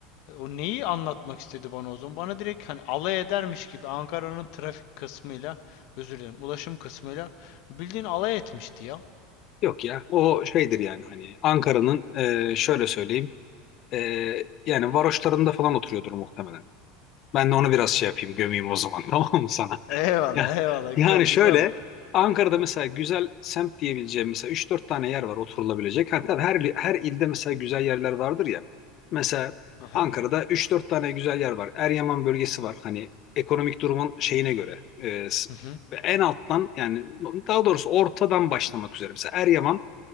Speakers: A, on the left (about 60°); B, on the left (about 40°).
A: e, o neyi anlatmak istedi bana o zaman? Bana direkt hani alay edermiş gibi Ankara'nın trafik kısmıyla özür dilerim ulaşım kısmıyla bildiğin alay etmişti ya.
B: Yok ya. O şeydir yani hani Ankara'nın e, şöyle söyleyeyim e, yani varoşlarında falan oturuyordur muhtemelen. Ben de onu biraz şey yapayım gömeyim o zaman <laughs> tamam mı sana?
A: Eyvallah
B: Ya,
A: eyvallah
B: yani
A: güzel
B: şöyle
A: güzel.
B: Ankara'da mesela güzel semt diyebileceğim mesela üç dört tane yer var oturulabilecek. Hatta her her ilde mesela güzel yerler vardır ya. Mesela
A: <laughs>
B: Ankara'da üç dört tane güzel yer var. Eryaman bölgesi var. Hani ekonomik durumun şeyine göre. e, s-
A: Hı hı.
B: ve en alttan yani daha doğrusu ortadan başlamak üzere. Mesela Eryaman